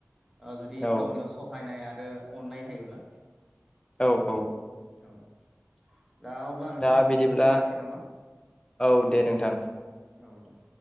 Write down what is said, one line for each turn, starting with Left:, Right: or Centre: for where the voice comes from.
Centre: ओ जुदि
Left: औ
Centre: गावनियाव सहायनाय आर आरो अननाय थायोब्ला।
Left: औ औ।
Centre: औ। दा अब्ला नोंथां
Left: दा बिदिब्ला
Centre: दोनथ'लायनोसै नामा?
Left: औ दे नोंथां।
Centre: औ दं।